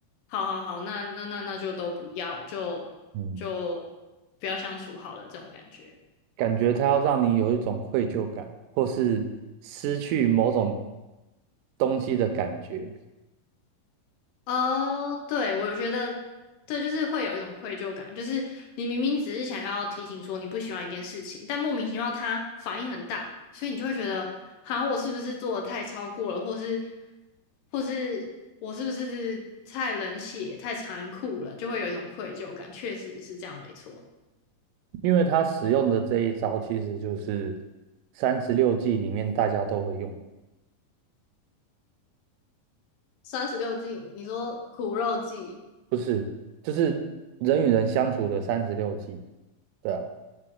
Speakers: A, on the left; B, on the right.
A: 好好好，那那那那就都不要，就就不要相处好了，
B: 嗯，
A: 这种感觉。
B: 感觉他要让你有一种愧疚感，或是失去某种东西的感觉，
A: 哦，对，我觉得对，就是会有一种愧疚感，就是你明明只是想要提醒说你不喜欢一件事情，但莫名其妙它反应很大，所以你就会觉得，好我是不是做的太超过了，或是或是我是不是太冷血、太残酷了，就会有一种愧疚感。确实是这样，没错。
B: 因为他使用的这一招其实就是三十六计里面大家都会用，
A: 三十六计，你说苦肉计、
B: 不是，就是人与人相处的三十六计，对啊，